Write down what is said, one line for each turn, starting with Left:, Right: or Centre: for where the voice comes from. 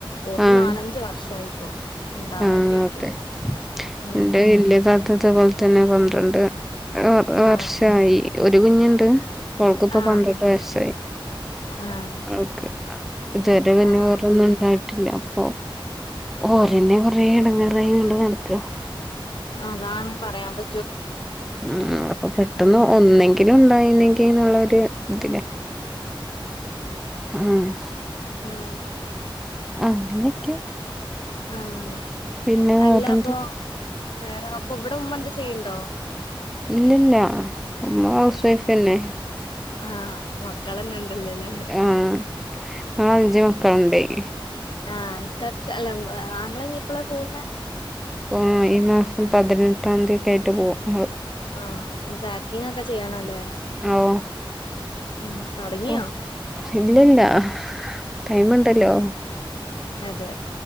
Left: ഓർക്ക്
Centre: ആഹ്
Left: നാലഞ്ചു വർഷായിപ്പോ ഉണ്ടാവാണ്ടിട്ട്
Centre: ആതെ
Left: ഉം
Centre: ഇന്റെ വല്ല്യേതാത്ത ഇതുപോലെതന്നെ പന്ത്രണ്ട് <unintelligible> വർഷായി
Left: ആഹ്
Centre: ഒരു കുഞ്ഞുണ്ട് അവൾക്കിപ്പോ,
Left: ആഹ്
Centre: പന്ത്രണ്ട്, വയസായി
Left: ആഹ്
Centre: ഓക്കെ ഇതുവരെ പിന്നെ
Left: ആഹ്
Centre: വേറെന്നും ഇണ്ടായിട്ടില്ല അപ്പൊ ഓരന്നെ കൊറേ എടങേറായിങ്ങാണ്ട് നടക്ക
Left: അതാണ് പറയാൻ പ
Centre: മ്മ് അപ്പൊ പെട്ടന്ന്
Left: ഉം
Centre: ഒന്നെങ്കിലും ഇണ്ടായിന്നെങ്കിന്ന്ള്ളൊര് <unintelligible> മ്
Left: ആഹ്
Centre: അങ്ങനെയൊക്കെ
Left: ആഹ്
Centre: പിന്നെ വേറെന്ത്
Left: അല്ല അപ്പൊ വേറെ അപ്പൊ ഇവിടെ ഉമ്മ എന്ത ചെയ്യണ്ടോ
Centre: ഇല്ലല്ല ഉമ്മ ഹൗസ് വൈഫെന്നെ.
Left: ആഹ മക്കളന്നെണ്ടല്ലോല്ലേ
Centre: ആഹ് ഞങ്ങള് അഞ്ചു മക്കളുണ്ടേയ്
Left: ആഹ് ഇക്കാക്ക് അല്ല മ്മ് ആങ്ങളഞ്ഞി എപ്പളാ പോവുന്നെ.
Centre: ഓൻ ഈ മാസം പതിനെട്ടാന്തിയൊക്കായിട്ട് പോവുംഅഹ്
Left: ആ ന്ന് പാക്കിങ്ങൊക്കെ ചെയ്യണം ലേ
Centre: ആള്
Left: മ്മ് തൊടങ്ങിയോ
Centre: ഓ ഇല്ലല്ല ഹ് ടൈമ്ണ്ടല്ലോ
Left: അതെ